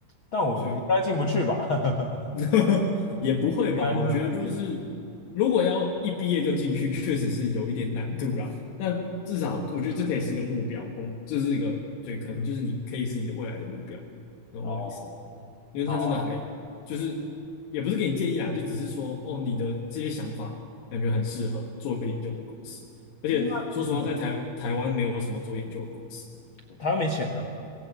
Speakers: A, on the left; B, on the left.
A: 但我应该进不去吧？
B: 所以
A: <laughs>
B: <laughs> 也不会吧？
A: 应该是很难进得去。
B: 我觉得就是，如果要一毕业就进去，确实是有一点难度啦。但至少我觉得这可以是个目标，工这是一个对，可能就是你可以是你的未来的目标，懂我意思吗
A: 哦，
B: 因为他真的还就是也不是给你建议啦，
A: 好啊，
B: 就只是说哦，你的这些想法感觉很适合做研究的公司，而且说实话，
A: 那嗯
B: 在台台湾没有什么做研究的公司，
A: 嗯，台湾没钱呢、